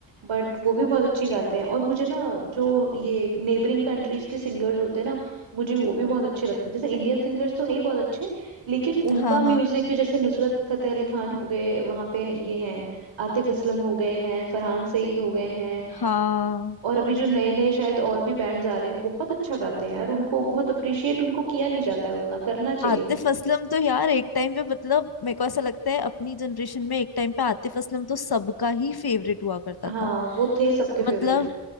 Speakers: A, on the right; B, on the left.
A: बट वो भी बहुत अच्छी गाते हैं और मुझे ना जो ये नेबरिंग कंट्रीज के सिंगर्स होते हैं ना मुझे वो भी बहुत अच्छे लगते हैं जैसे इंडियन सिंगर्स तो है ही बहुत अच्छे लेकिन उनका
B: हाँ
A: म्यूजिक
B: हाँ
A: भी जैसे नुसरत फतेह अली खान हो गए वहाँ पे ये हैं आतिफ असलम हो गए हैं फरहान सईद हो गए हैं
B: हाँ
A: और अभी जो नए नए शायद और भी बैंड्स आ रहे हैं बहुत अच्छा गाते हैं यार उनको बहुत अप्रिशिएट उनको किया नहीं जाता है उतना करना चाहिए
B: आतिफ
A: उनको
B: असलम तो यार एक टाइम पे मतलब मेरे को ऐसा लगता है अपनी जनरेशन में एक टाइम पे आतिफ असलम तो सबका ही फेवरेट हुआ करता
A: हाँ
B: था
A: वो थे सबके फेवरेट
B: मतलब